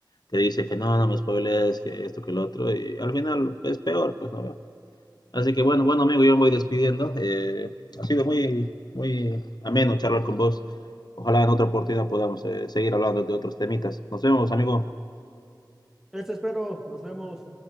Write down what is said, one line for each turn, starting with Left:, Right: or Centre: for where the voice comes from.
Left: te dice que no, no me spoilees, que esto, que lo otro y al final es peor, pues no veo. Así que bueno, bueno amigo, yo me voy despidiendo. eh, ha sido muy, muy ameno charlar con vos. Ojalá en otra oportunidad podamos eh, seguir hablando de otros temitas. Nos vemos, amigo.
Centre: Eso espero. Nos vemos.